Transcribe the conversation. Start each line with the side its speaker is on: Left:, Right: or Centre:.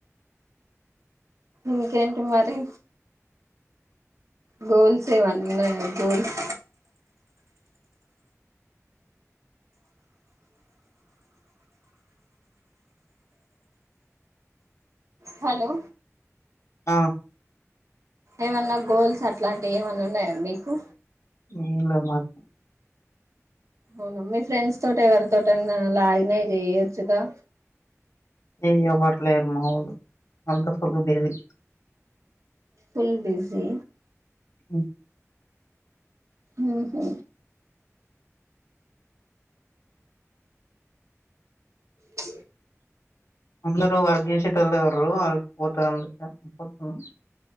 Right: ఇకేంటి మరి గోల్స్ ఎవ్వన ఉనయ గోల్స్ హలొ
Left: అ
Right: ఏమన్న గోల్స్ అట్లాంటి ఏమనున్నయ మీకు
Left: ఏం లె మాక్
Right: ఔన మీ ఫ్రెండ్స్తోతోట్ ఎవర్తోటైన లాగిన్ అయి చేయొచ్చుగా
Left: ఏ ఎవ్వర్లేరు మాఓల్లు అంత ఫుల్ బిజీ
Right: పుల్ బిజీ
Left: మ్
Right: ఊహు చ్
Left: అందరూ వర్క్ జేశెటోల్లె ఉర్రు ఆల్ పోత అందకన్ ఇప్పడ్నున్